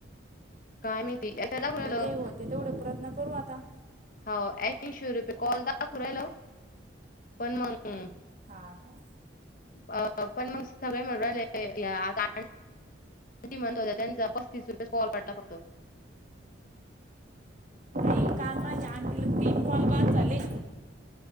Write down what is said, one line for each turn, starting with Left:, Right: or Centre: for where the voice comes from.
Left: काय माहिती आता दाखवू राहिलं
Right: हो ते हो ते तेवढे प्रयत्न करू आता
Left: हो ऐंशी रुपये कॉल दाखु राहिला हो पण मग
Right: हा का.
Left: <unintelligible> होत त्या त्यांचा पस्तीस रुपयाे कॉल वाटला होतो
Right: ते काल माझ्या आण तिला तीन कॉल बाद झाले